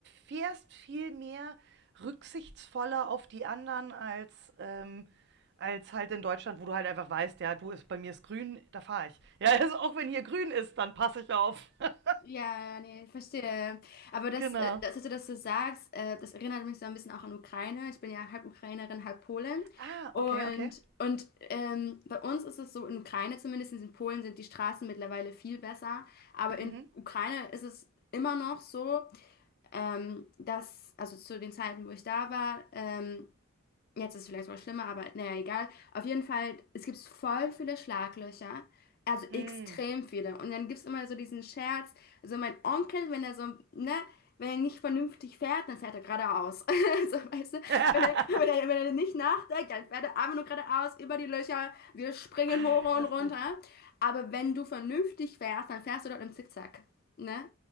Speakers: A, on the right; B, on the left.
A: fährst viel mehr rücksichtsvoller auf die anderen als ähm, als halt in Deutschland, wo du halt einfach weißt, ja, du ist bei mir ist grün, da fahre ich. <laughs> Ja, also auch wenn hier grün ist, dann passe ich auf. <laughs>
B: Ja, ja, nee, ich verstehe. Aber das,
A: Genau.
B: äh, das, dass du das so sagst, äh, das erinnert mich so ein bisschen auch an Ukraine. Ich bin ja halb Ukrainerin, halb Polin.
A: Ah,
B: Und,
A: okay, okay.
B: und ähm, bei uns ist es so, in Ukraine zumindest, in Polen sind die Straßen mittlerweile viel besser. Aber in
A: Mhm.
B: Ukraine ist es immer noch so, ähm, dass, also zu den Zeiten, wo ich da war, ähm, Jetzt ist es vielleicht mal schlimmer, aber naja, egal. Auf jeden Fall, es gibt voll viele Schlaglöcher. Also
A: Mm.
B: extrem viele. Und dann gibt es immer so diesen Scherz. Also mein Onkel, wenn er so, ne, wenn er nicht vernünftig fährt, dann fährt er geradeaus. <laughs> So, weißt du?
A: <laughs>
B: Wenn er, wenn er, wenn er nicht nachdenkt, dann fährt er einfach nur geradeaus über die Löcher. Wir springen
A: Ach,
B: hoch
A: lustig.
B: und runter. Aber wenn du vernünftig fährst, dann fährst du dort im Zickzack. Ne?